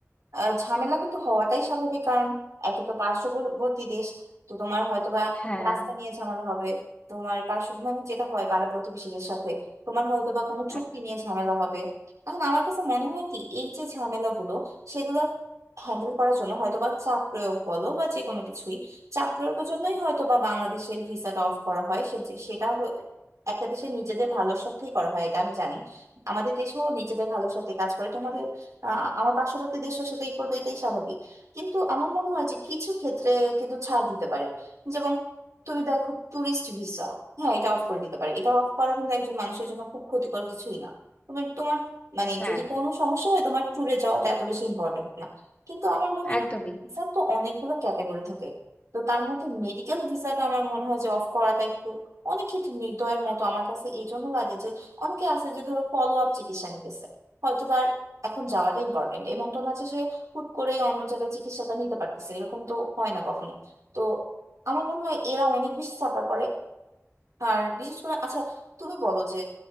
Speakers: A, on the right; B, on the left.
A: আহ, ঝামেলা কিন্তু হওয়াটাই স্বাভাবিক কারণ একটা তো পার্শ্ববর্তী দেশ তো তোমার হয়তো বা
B: হ্যাঁ
A: রাস্তা নিয়ে ঝামেলা হবে তোমার পার্শ্ব মানে যেটা হয় পাড়া প্রতিবেশীদের সাথে তোমার হয়তো বা কোনো চুক্তি
B: একদম
A: নিয়ে ঝামেলা হবে এখন আমার কাছে মনে হয় কি এই যে ঝামেলাগুলো সেগুলো হ্যান্ডেল করার জন্য হয়তো বা চাপ প্রয়োগ বলো বা যে কোনো কিছুই চাপ প্রয়োগের জন্যই হয়তো বা বাংলাদেশের ভিসাটা অফ করা হয় সে যে- সেটা হ- একটা দেশের নিজেদের ভালোর স্বার্থেই করা হয় এটা আমি জানি আমাদের দেশও নিজেদের ভালোর স্বার্থে কাজ করে তোমাদের আহ, আমার পার্শ্ববর্তী দেশও সেটাই করবে এটাই স্বাভাবিক কিন্তু আমার মনে হয় যে কিছু ক্ষেত্রে কিন্তু ছাড় দিতে পারে যেমন তুমি দেখো ট্যুরিস্ট ভিসা হ্যাঁ এটা অফ করে দিতে পারে এটা অফ করা কিন্তু একজন মানুষের জন্য খুব ক্ষতিকর কিছুই না তুমি তোমার মানে
B: হ্যাঁ
A: যদি কোনো সমস্যা হয় তোমার ট্যুরে যাওয়াটা এত বেশি ইম্পর্টেন্ট না কিন্তু আমার মনে হয়
B: একদমই
A: ভিসার তো অনেকগুলো ক্যাটাগরি থাকে তো তার মধ্যে মেডিকেল ভিসাটা আমার মনে হয় যে অফ করাটা একটু অনেক ক্ষেত্রে নির্দয়ের মতো আমার কাছে এই জন্য লাগে যে অনেকে আছে যে ধরো ফলো আপ চিকিৎসা নিতেছে হয়তো তার এখন যাওয়াটা ইম্পর্টেন্ট এমন তো না যে সে হুট করেই অন্য জায়গায় চিকিৎসাটা নিতে পারতেছে এরকম তো হয় না কখনো তো আমার মনে হয় এরা অনেক বেশি সাফার করে আর বিশেষ করে আচ্ছা তুমি বলো যে